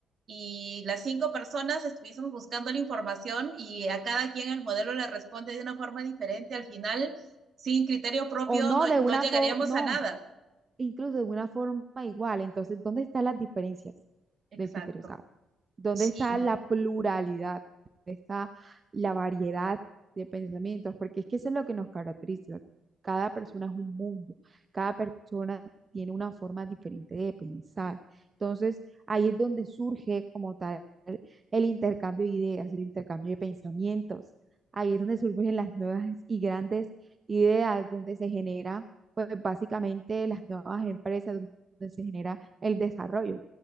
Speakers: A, on the right; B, on the right.
A: y las cinco personas estuviésemos buscando la información y a cada quien el modelo le responde de una forma diferente, al final sin criterio propio
B: O no,
A: no,
B: de
A: no
B: una
A: llegaríamos
B: forma, no,
A: a nada.
B: incluso de una forma igual. Entonces, ¿dónde están las diferencias
A: Exacto,
B: del criterio? O sea, ¿dónde
A: sí,
B: está la pluralidad? ¿Dónde está la variedad de pensamientos? Porque es que eso es lo que nos caracteriza. Cada persona es un mundo, cada persona tiene una forma diferente de pensar. Entonces, ahí es donde surge como tal el intercambio de ideas, el intercambio de pensamientos. Ahí es donde surgen las nuevas y grandes ideas, donde se genera pues básicamente las nuevas empresas donde se genera el desarrollo,